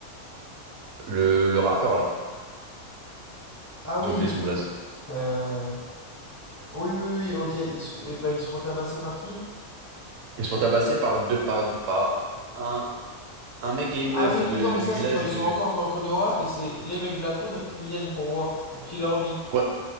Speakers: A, on the right; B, on the left.
A: le, le rappeur, là.
B: Ah oui.
A: J'ai oublié son blaze.
B: euh, Oui, oui, oui, oui, ok. Ils se... eh ben, ils se font tabasser par qui?
A: Ils se font tabasser par deux, par, par un, un mec et une
B: Ah
A: meuf
B: oui,
A: de,
B: mais non, mais
A: du
B: ça,
A: village
B: c'est quand ils
A: du,
B: sont encore dans Konoha et c'est les mecs de la foudre qui viennent pour voir, pour Killer Bee.
A: ouais,